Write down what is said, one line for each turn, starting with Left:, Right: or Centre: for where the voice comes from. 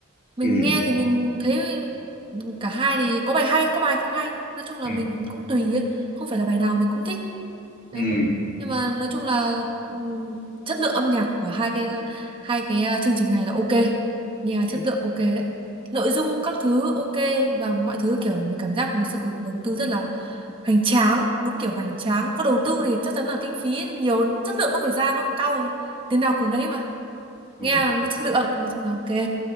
Right: mình
Left: ừ
Right: nghe thì mình thấy cả hai thì có bài hay có bài không hay nói chung là
Left: ừ
Right: mình cũng tùy ấy không phải là bài nào mình cũng thích
Left: ừ
Right: đấy nhưng mà nói chung là ừm, chất lượng âm nhạc của hai cái hai cái ờ, chương trình này là ok nghe
Left: ừ
Right: chất lượng ok đấy nội dung các thứ ok và mọi thứ kiểu mình cảm giác một sự đầu tư rất là hoành tráng đúng kiểu hoành tráng có đầu tư thì chắc chắn là kinh phí nhiều chất lượng nó phải ra nó cao tiền nào của nấy mà
Left: ừ.
Right: nghe là nó chất lượng nói chung là ok